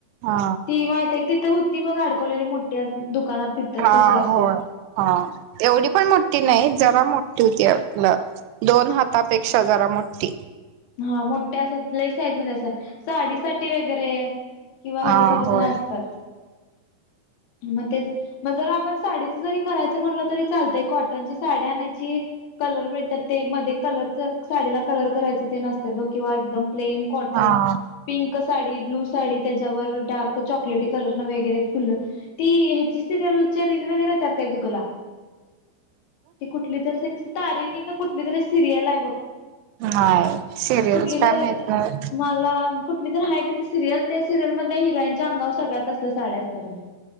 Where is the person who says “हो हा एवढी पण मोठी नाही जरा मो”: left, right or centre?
Right